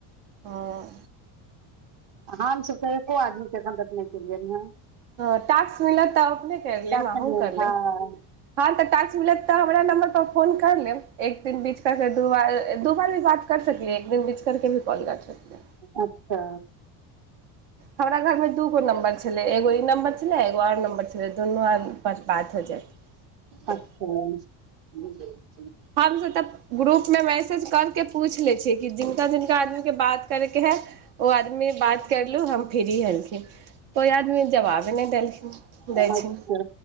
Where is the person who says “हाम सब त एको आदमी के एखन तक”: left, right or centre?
Right